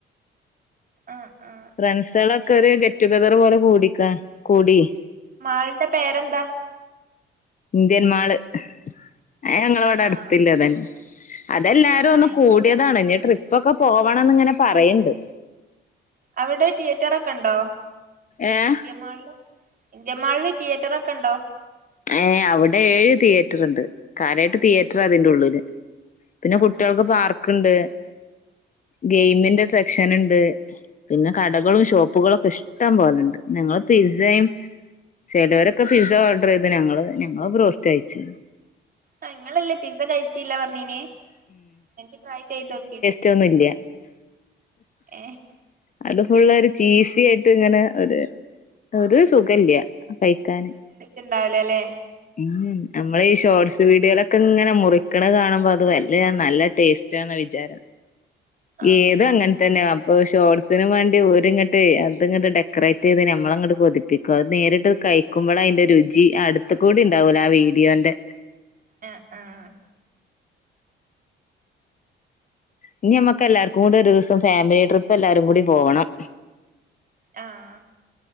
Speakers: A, on the right; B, on the left.
A: ആഹ് ആഹ്
B: ഫ്രണ്ട്സുകളൊക്കെ ഒരു ഗെറ്റ്റ്റടുഗതർ പോലെ കൂടിക കൂടി
A: മാള്ടെ പേരെന്താ
B: ഇന്ത്യന് മാള് അത് ഞങൾ ഇവിടെ അടുത്തില്ല
A: ആഹ്
B: തെ അതെല്ലാരും
A: ആഹ് ആഹ്
B: ഒന്ന്
A: എനിക്കറിയാം
B: കൂടിയതാണ് ഇനി ട്രിപ്പൊക്കെ പോവണംന്ന് ഇങ്ങനെ പറയെണ്ട്
A: അവിടെ തിയേറ്റർ ഒക്കെ ഉണ്ടോ
B: ഏഹ്
A: ഇന്ത്യൻ മാളിൽ ഇന്ത്യൻ മാളില് തിയേറ്റർ ഒക്കെ ഉണ്ടോ
B: ഏഹ് അവിടെ ഏഴ് തിയേറ്റർ ഉണ്ട് കാര്യായിട്ട് തിയേറ്റർ അതിന്റെറെ ഉള്ളില് പിന്നെ
A: ആഹ്
B: കുട്ടികൾക്ക് പാർക്ക് ഇണ്ട് ഗെയിമിന്റെ സെക്ഷൻ ഇണ്ട് പിന്നെ കടകളും ഷോപ്പുകളുക്കെ ഇഷ്ടം പോലണ്ട് ഞങ്ങള് പിസയും ചിലവരൊക്കെ പിസ്സ ഓർഡർ ചെയ്ത് ഞങ്ങള് ഞങ്ങള് ബ്രോയ്സ്റ് കഴിച്ചേ
A: ആഹ് നിങ്ങളല്ലേ പിസ്സ കഴിച്ചീല്ല പറഞ്ഞീന് ഇങ്ങേക് ട്രൈ ചെയ്ത് നോക്കീടെേ
B: റ്റൊന്നിലാ
A: ഏഹ്
B: അത് ഫുൾ ഒരു ചീസി ആയിട്ട് ഇങ്ങനെ ഒരു ഒരു സുഖില്ല കഴിക്കാന്
A: ഇണ്ടാവലേല്ലെ
B: ഉം നമ്മളേ ഈ ഷോർട്സ് വീഡിയോയിലൊക്കെ ഇങ്ങനെ മുറിക്കണ കാണുമ്പോ അത് വല്ല നല്ല ടേസ് വിചാരം
A: ആഹ്
B: ഏത്ങ്ങന തന്നെയ അപ്പൊ ഷോട്സിനന് വേണ്ടി ഓരി ഇങ്ങോട്ട് അത് ഇങ്ങോട്ട് ഡെക്കറേറ്റ് ചെയ്ത് ഞമ്മളങ്ങട്ട് കൊതിപ്പി അത് നേരിട്ട് കഴിക്കുമ്പോള അതിന്റെ രുചി അടുത്ത കൂടി ഉണ്ടാവൂല ആ വീഡിയോന്റെ
A: അഹ് അഹ്
B: ഇനി നമ്മക്ക് എല്ലാർക്കും കൂടി ഒരു ദിവസം ഫാമിലി ട്രിപ്പ് എല്ലാവാരും കൂടി പോകണം
A: അഹ്